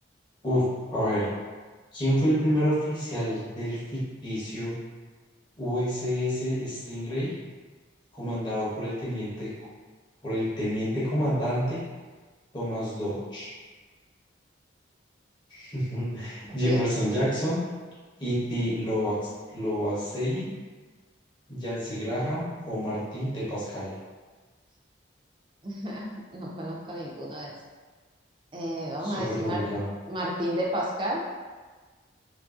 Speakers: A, on the left; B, on the right.
A: Uf, a ver. ¿Quién fue el primer oficial del ficticio USS Stingray, comandado por el teniente, co- por el teniente comandante Thomas Dodge? <laughs>
B: Ok.
A: Jefferson Jackson, E.T. Lovac- Lovacelli, Yancy Graham o Martín T. Pascal.
B: <laughs> No conozco ninguno de eh, vamos
A: Súper
B: a decir
A: complicado.
B: Mar- Martín de Pascal,